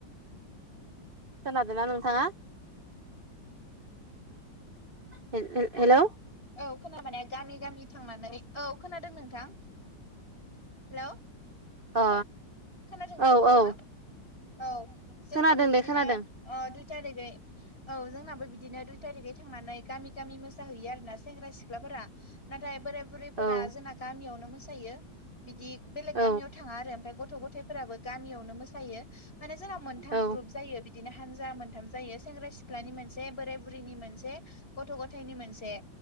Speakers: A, on the right; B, on the left.
A: खोनादों ना नोंथाङा हेल हेल हेलौ
B: औ खोनाबाने गामि गामि थांनानै औ खोनादों नोंथां हेलौ
A: अ
B: खोनादोंना
A: औ
B: नोंथाङा
A: औ
B: औ जोंनियाबो
A: खोनादों
B: बिदिनो
A: दे खोनादों
B: अ दुइ तारिगै औ जोंनाबो बिदिनो दुइ तारिगै थांनानै गामि गामि मोसाहैयो आरोना सेंग्रा सिख्लाफोरा नाथाय बोराइ बुरैफोरा
A: औ
B: जोंना गामियावनो मोसायो बिदि बेलेग
A: औ
B: गामियाव थाङा आरो ओमफाय गथ' गथ थायफोराबो गामियावनो मोसायो माने जोंनाव मोनथाम
A: औ
B: ग्रुप जायो बि बिदिनो हानजा मोनथाम जायो सेंग्रा सिख्लानि मोनसे, बोराय बुरैनि मोनसे गथ' गथाइनि मोनसे